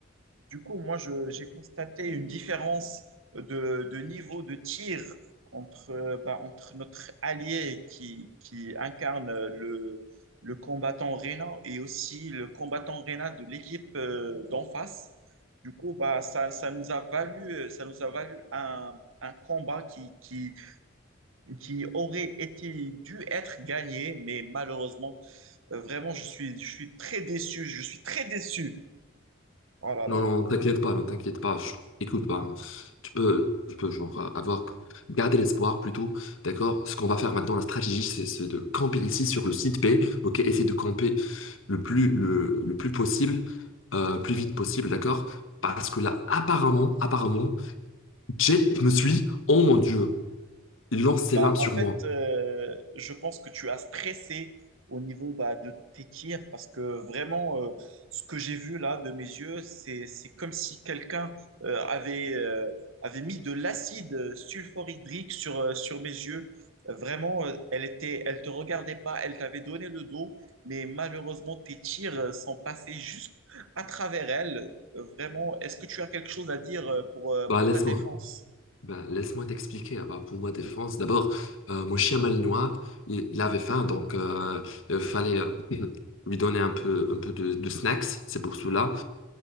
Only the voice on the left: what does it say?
Non,
non, t'inquiète pas, ne t'inquiète pas, je- écoute pas. Tu peux, tu peux genre euh, avoir garder l'espoir plutôt, d'accord? Ce qu'on va faire maintenant, la stratégie, c'est c'est de camper ici sur le site B, ok? Essayer de camper le plus le, le plus possible, euh, plus vite possible, d'accord? Parce que là, apparemment, apparemment, Jet me suit. Oh mon Dieu, il lance ses
lames
sur
moi.
Bah
laisse-moi.
Ben, laisse-moi t'expliquer. Ah bah, pour ma défense, d'abord, euh, mon chien malinois, il, il avait faim, donc euh, euh, fallait euh, <clears throat> lui donner un peu, un peu de, de snacks. C'est pour cela.